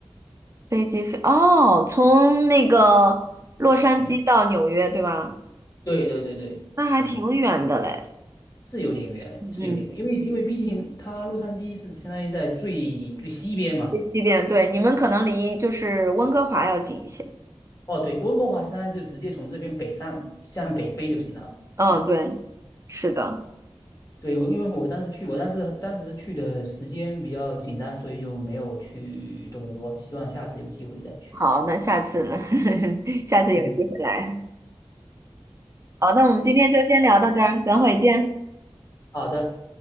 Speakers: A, on the right; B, on the left.
A: 飞机飞哦，从那个洛杉矶到纽约，
B: 嗯，
A: 对吧？
B: 对对对对，
A: 那还挺远的嘞。
B: 嗯，是有点远，
A: 嗯，
B: 是有点远，因为因为毕竟它洛杉矶是相当于在最最西边嘛，
A: 飞机边对，你们可能离就是温哥华要近一些。
B: 哦对，温哥华相当于就直接从这边北上向北飞就行了，
A: 嗯，
B: 啊、
A: 对，是的。
B: 对，我因为我当时去，过，但是当时去的时间比较紧张，所以就没有去多伦多。希望下次有机会再去吧。
A: 好，那下次呢？<laughs> 下次有机会来。
B: 嗯，
A: 好，那我们今天就先聊到这儿，等会儿见。
B: 好的。